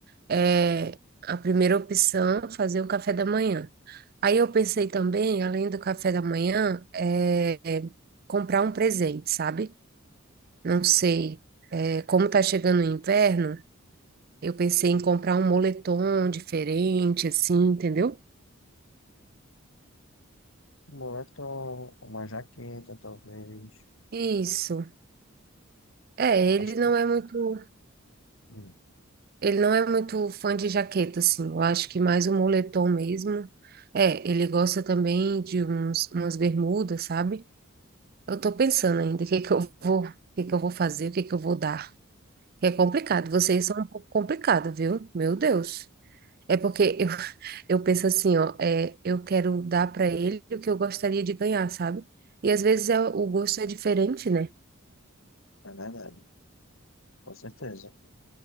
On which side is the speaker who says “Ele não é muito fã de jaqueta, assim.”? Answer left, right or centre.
Right